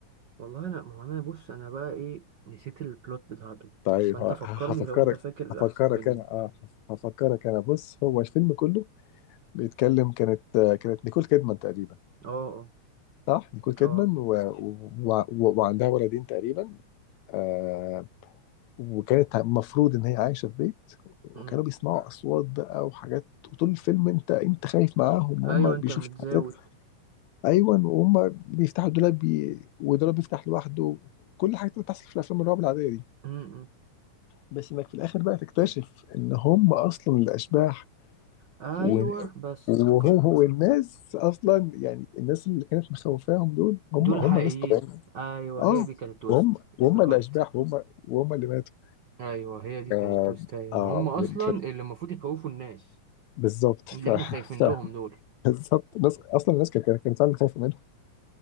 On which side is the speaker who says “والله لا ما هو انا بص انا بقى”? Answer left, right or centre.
Right